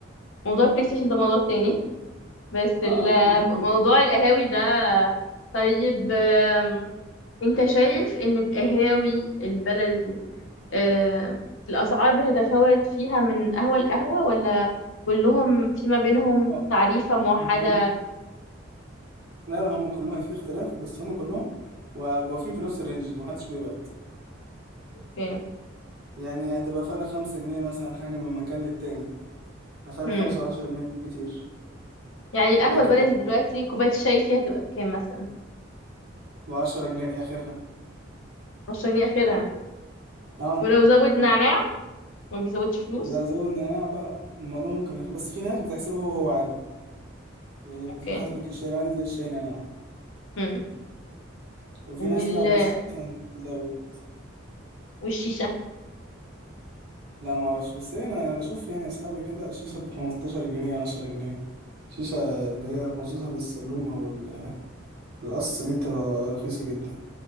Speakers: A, on the left; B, on the right.
A: موضوع البلاي ستيشن ده موضوع تاني <laughs> بس
B: اه
A: ال-
B: لا ما هم
A: موضوع القهاوي ده طيب آم، انت شايف ان القهاوي البلدي آه، الأسعار بتتفاوت فيها من قهوة لقهوة ولا كلهم في ما بينهم
B: اه،
A: تعريفة موحدة
B: ما هم لا لا هم كلهم في اختلاف بس هم كلهم وا- واقفين في نفس الرينج ما حدش بيبعد
A: اوكي
B: يعني هتبقى فرق خمسة جنيه مثلا حاجة من مكان للتاني فرق
A: مم.
B: خمسة عشرة جنيه بالكتير
A: يعني القهوة
B: لكن
A: البلدي
B: ما
A: دلوقتي كوباية الشاي فيها تبقى بكام مثلا
B: وعشرة جنيه آخرها
A: 10 جنيه آخرها
B: اه
A: ولو زود نعناع ما بيزودش فلوس
B: لا زود نعناع بقى الموضوع ممكن يخ... بس في ناس بتحسبه هو هو عادي يعني
A: اوكي
B: بتحسبك الشاي العادي زي الشاي نعناع
A: مم.
B: وفي
A: وال...
B: ناس لا مثلا تزود
A: والشيشة
B: لا ما اعرفش بس انا انا بشوف يعني اصحابي كده الشيشه ب 15 جنيه 10 جنيه الشيشه اللي هي خصوصا السلوم او ال- القص دي بتبقى رخيصه جدا